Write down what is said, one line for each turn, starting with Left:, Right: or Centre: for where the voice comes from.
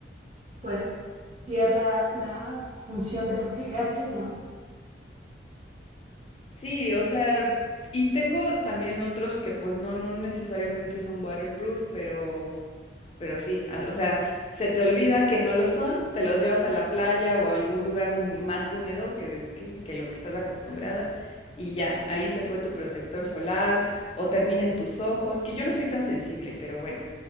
Right: pues pierda la función de protegerte, ¿no?
Left: sí, o sea, y tengo también otros que pues no, no necesariamente son waterproof, pero Pero sí, a- o sea, se te olvida que no lo son, te los llevas a la playa o a algún lugar más húmedo que, que, que lo que estás acostumbrada y ya, ahí se fue tu protector solar o termina en tus ojos, que yo no soy tan sensible, pero bueno,